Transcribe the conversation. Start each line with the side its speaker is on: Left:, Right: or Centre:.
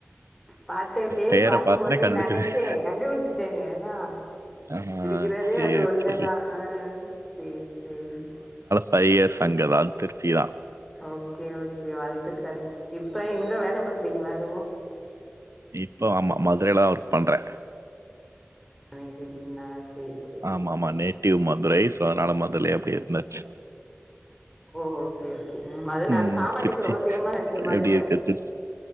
Centre: பாத்தே பே பேர்
Right: பேர
Centre: பாக்கும்
Right: பார்த்தோனே
Centre: போதே
Right: கண்டுபிடிச்சிருவேன்.
Centre: நெனைச்சே கண்டுபுடிச்சுட்டேனே அதா
Right: ஆ
Centre: இருக்கிறதே
Right: சரி,
Centre: அது ஒன்னுதா
Right: சரி.
Centre: அ சேரி சேரி
Right: பை இயர்ஸ் அசங்கதா திருச்சிதா
Centre: ஓகே ஓகே வாழ்த்துக்கள் இப்ப எங்க வேல பாக்குறீங்களா எதுவு
Right: இப்ப ஆமா மதுரையிலா தா ஒர்க் பண்றே
Centre: பண்ணீட்ருக்கீங்ளா சேரி சேரி
Right: ஆமா ஆமா நேட்டிவ் மதுரை சோ அதனால மதுரைலயே அப்டியே இருந்தாச்சு
Centre: ஓ ஓகே ஓகே ம் அதுல்லாம
Right: ம்.
Centre: சாப்பாட்டுக்கு
Right: திருச்சி
Centre: ரொம்ப பேமஸ் ஆச்சே மதுர
Right: எப்டி இருக்கு திருச்சி?